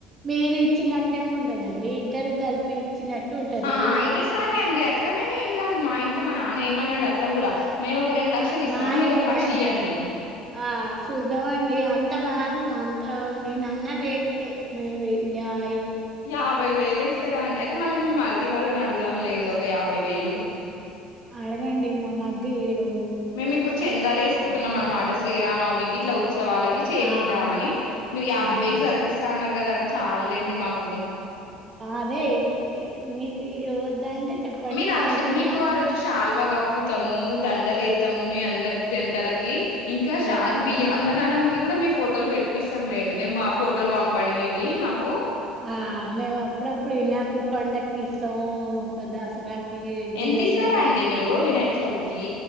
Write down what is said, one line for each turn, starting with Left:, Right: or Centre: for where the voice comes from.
Right: మీరిచ్చినట్టే ఉన్ కదండి. దగ్గర కలిపి ఇచ్చినట్టు ఉంటది
Left: ఆ
Right: ఏ.
Left: అయితే సరే అండి అట్లనేనే ఏం కాదు మా ఇంట్లో మన నాన్న ఏమన్నాడు అట్లా కూడా మేము ఒక రెండు లక్షలు ఇస్తాం
Right: మాయననా
Left: మీరు ఒక లక్ష ఇయ్యండి
Right: ఆహ్ చుద్దామండి అంత. రాదు వాళ్లకి. తవుంది నేనన్న వేటికే మేమే న్యయి.
Left: యాభై వేలు ఇస్తారా ఎక్ అయితే మళ్ళ మీ మరిది వాళ్ళని అడుగుదాం లేండి ఒక యాభై వేలు.
Right: అడగండి మా మధ్య ఏడు.
Left: మేము ఇప్పుడు చందాల వేసుకుంటున్నాం మనం ఆట శ్రీ రానవు మీకు ఇట్లా సో వాళ్ళకి చేపిద్దామని
Right: ఆ!
Left: మీరు యాభై
Right: ఆహా!
Left: వేలు చదిపిస్తాన్నారు కదండి చాలలేండి మాకు
Right: అదే మీకు వద్దంటే చెప్పండి
Left: మీరు అక్ష
Right: దాని కింద
Left: మీకు ఆ రోజు శాల్వా కప్పుతాము దండలు వస్తాము మీ అందరి జంటలకి ఇంకా షాది
Right: ఆ!
Left: బియ్య అన్న ధానంకి కూడా మీ ఫోటోలు పెట్టిపిస్తాంలేండి మీరు మా ఫోటోలు పంపండి మీవి మాకు
Right: ఆ మేము అప్పుడప్పుడునా వినాయకుడి పండక్కి సౌ <unintelligible> దసరా కి గుళ్ళలా
Left: ఎంత ఇస్తారండి వినాయక చవితికి